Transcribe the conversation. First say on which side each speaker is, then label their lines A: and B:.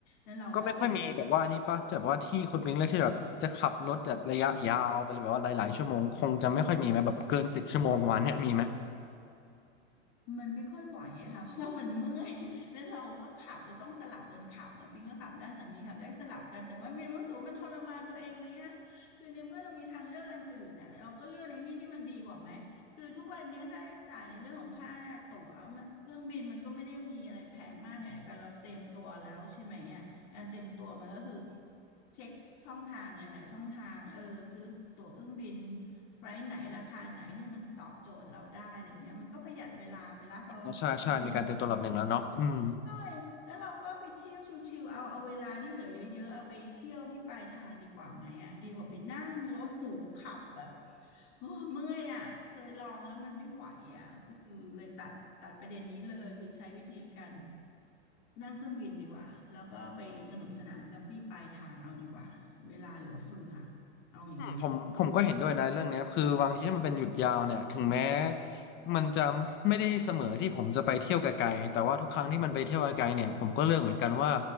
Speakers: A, on the left; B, on the left.
A: นั้นเราก็ไป
B: ก็ไม่ค่อยมีแบบว่าอันนี้ปะแบบว่าที่คุณปิงเลือกที่แบบจะขับรถแบบระยะยาวไปเลยแบบว่าหลายๆชั่วโมงคงจะไม่ค่อยมีไหมแบบเกินสิบชั่วโมงประมาณเนี้ยมีไหม
A: มันไม่ค่อยไหวอะค่ะ <laughs> เพราะว่ามันเมื่อย <laughs> แล้วเราก็ขับเลยต้องสลับกันขับนะปิงก็ขับได้สามีขับได้สลับกันแต่ว่ามีรู้สึกว่ามันทรมานตัวเองไหมอะคือในเมื่อเรามีทางเลือกอันอื่นอะเราก็เลือกในที่ที่มันดีกว่าไหมคือทุกวันนี้ค่าใช้จ่ายในเรื่องของค่าตั๋วเครื่องบินมันก็ไม่ได้มีอะไรแพงมากแถมเดียวกันเราเตรียมตัวแล้วใช่ไหมอะ การเตรียมตัวมันก็คือเช็คช่องทางหลายๆช่องทางเออซื้อตั๋วเครื่องบินไฟล์ไหนราคาไหนให้มันตอบโจทย์เราได้อะไรเงี้ยมันก็ประหยัดเวลาไปละพอ
B: อ่าใช่ใช่มีการเตรียมตัวระดับหนึ่งแล้วเนาะอืม
A: บินไปถึง ใช่แล้วเราก็ไปเที่ยวชิวๆเอาเอาเวลาที่เหลือเยอะๆเอาไปเที่ยวที่ปลายทางดีกว่าไหมอ่ะดีกว่าไปนั่งรถหรูขับแบบโอ้เมื่อยอ่ะเคยลองแล้วมันไม่ไหวอ่ะคือเลยตัดตัดประเด็นนี้เลยคือใช้วิธีการนั่งเครื่องบินดีกว่าแล้วก็ไปสนุกสนานกับที่ปลายทางเอาดีกว่าเวลาเหลือเฟือเอาอย่างนี้ในนี้
B: ผมผมก็เห็นด้วยนะเรื่องเนี้ยคือบางทีถ้ามันเป็นหยุดยาวเนี่ยถึงแม้มันจะไม่ได้เสมอที่ผมจะไปเที่ยวไกลๆแต่ว่าทุกครั้งที่มันไปเที่ยวไกลๆเนี่ยผมก็เลือกเหมือนกันว่า